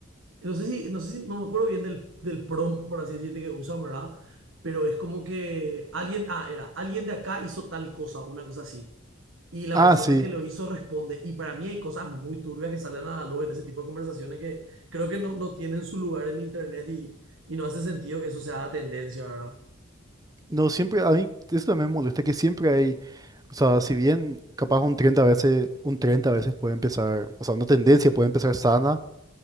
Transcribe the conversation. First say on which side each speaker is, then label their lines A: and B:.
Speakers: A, on the right; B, on the right.
A: no sé si, no sé si, no me acuerdo bien del, del prompt, por así decirte, que usan, ¿verdad? Pero es como que alguien, ah, era, alguien de acá hizo tal cosa, una cosa así. Y la
B: Ah,
A: persona
B: sí.
A: que lo hizo responde. Y para mí hay cosas muy turbias que salen a la luz en ese tipo de conversaciones que creo que no, no tienen su lugar en internet y, y no hace sentido que eso sea tendencia, ¿verdad?
B: No, siempre, a mí eso también me molesta, que siempre hay, o sea, si bien capaz un 30 veces, un 30 veces puede empezar, o sea, una tendencia puede empezar sana